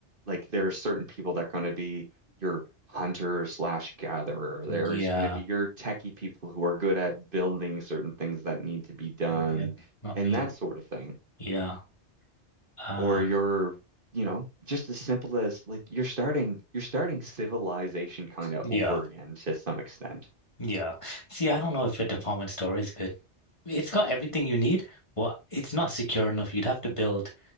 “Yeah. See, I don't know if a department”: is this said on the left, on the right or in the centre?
Left